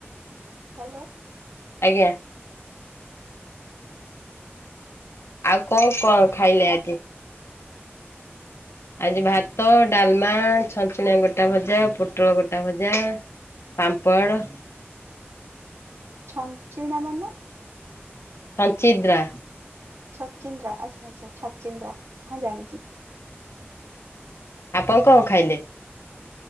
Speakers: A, on the right; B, on the left.
A: ହାଲୋ।
B: ଆଜ୍ଞା। ଆଉ କଣ କଣ ଖାଇଲେ ଆଜି? ଆଜି ଭାତ, ଡାଲମା, ଛଞ୍ଚିଣା ଗୋଟା ଭଜା, ପୋଟଳ ଗୋଟା ଭଜା ପାମ୍ପଡ଼।
A: ଛଞ୍ଚିଣା ମାନେ?
B: ଛଞ୍ଚିଦ୍ରା।
A: ଛଚିନ୍ଦ୍ରା ଆଚ୍ଛା ଆଚ୍ଛା ଛଚିନ୍ଦ୍ରା ହଁ ଜାଣିଛି।
B: ଆପଣ କଣ ଖାଇଲେ?